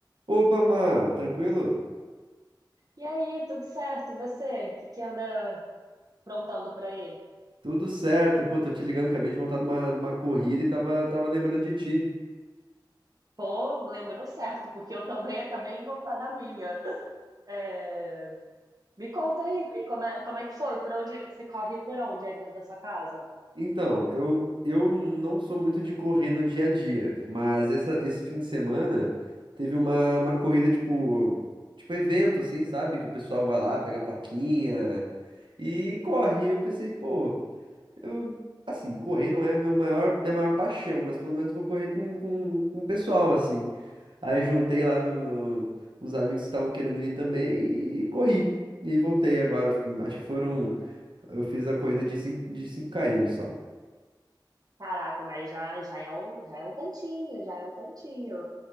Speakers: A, on the right; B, on the right.
A: Opa, Má, tranquilo?
B: E aí, tudo certo? E você? O que que anda aprontando por aí?
A: Tudo certo. Pô, tô te ligando, acabei de voltar de uma, de uma corrida e tava, tava lembrando de ti.
B: Pô, lembrou certo, porque eu também acabei de voltar da minha. É, Me conta aí, e como é, como é que foi? Por onde você corre por onde aí perto da sua casa?
A: Então, eu, eu não sou muito de correr no dia a dia, mas essa, esse fim de semana teve uma, uma corrida, tipo, tipo evento, assim, sabe? Que o pessoal vai lá, pega a plaquinha e corre. E eu pensei, pô, Eu, assim, correr não é meu maior, minha maior paixão, mas pelo menos vou correr com, com, com o pessoal, assim. Aí juntei lá meu, meu- uns amigos que estavam querendo ir também e corri. E voltei agora. Acho que foram. Eu fiz a corrida de cinco de cinco km só.
B: Caraca, mas já, já é um, já é um tantinho, já é um tantinho.